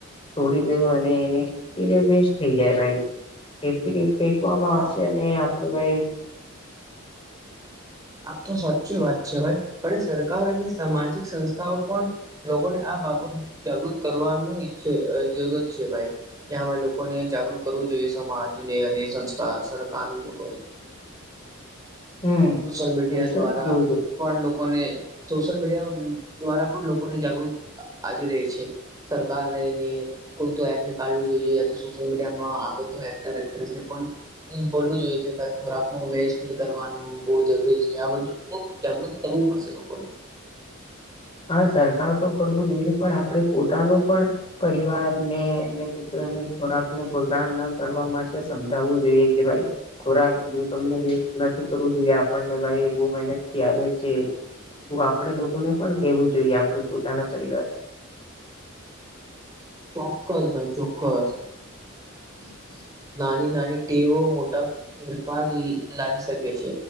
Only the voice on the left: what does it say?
છોડી, દેવાની એની ફરે વેસ્ટ થઈ જાય ભાઈ કે ફેંકવામાં
આવશે અને આપડું ભાઈ
હમ
જોજ
હા, સરકાર તો કરવું જોઈએ, પણ આપણેે પોતાનું પણ પરિવારને અને મિત્રોને ખોરાક ન બગાડ ન કરવા માટે સમજાવવું જોઈએ, કે ભાઈ ખોરાક જો તમને વ નથી કરવું જોઈએ આપણને ભાઈ બવ મહેનત થી આવે છે. એવું આપડે લોકોને પણ કેવું જોઈએ, આપડ પોતાના પરિવારે
<inaudible>